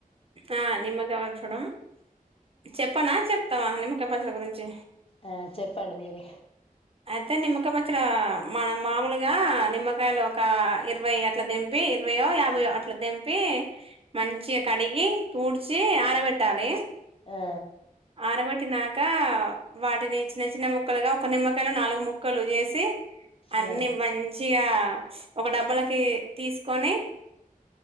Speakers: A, on the right; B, on the left.
A: ఆ నిమ్మకాయ వ చూడం చెప్పనా చెప్తావా నిమ్మకాయ పచ్చడి గురించి
B: ఆ, చెప్పండి మీరే
A: అయితే నిమ్మకాయ పచ్చడి మనం మామూలుగా, నిమ్మకాయలు ఒక ఇరవై అట్లా తెంపి, ఇరవయో యాభైయో అట్లా తెంపి, మంచిగా కడిగి ఊడ్చి ఆర పెట్టాలి
B: ఆ,
A: ఆరపెటి నాక్ కా వాటిని చిన్న చిన్న ముక్కలుగా ఒక నిమ్మ క్కను నాలుగు ముక్కలు చేసి అన్ని
B: ఆ,
A: మంచిగా ఒక డబ్బలకి తీసుకొని,